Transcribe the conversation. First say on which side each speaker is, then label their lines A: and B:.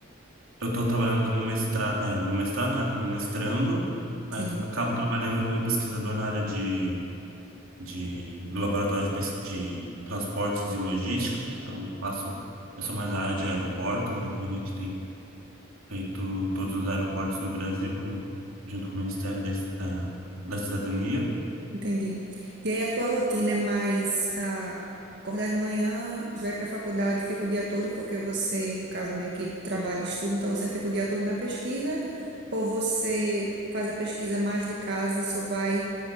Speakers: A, on the right; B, on the right.
A: Eu tô trabalhando como mestra, é, no mestrado, né? Como mestrando. Aí
B: Sim.
A: eu tra- acabo trabalhando como pesquisador na área de, de, do laboratório de, pes- de transportes e logística. Então, faço. Eu sou mais a área de aeroportos, então a gente tem feito todos os aeroportos do Brasil com, junto com o Ministério da, da, da Cidadania.
B: Entendi. E aí a tua rotina é mais ah, acordar de manhã, já ir para a faculdade, fica o dia todo, porque você, no caso, meio que trabalha e estuda, então você fica o dia todo na pesquisa, ou você faz a pesquisa mais de casa e só vai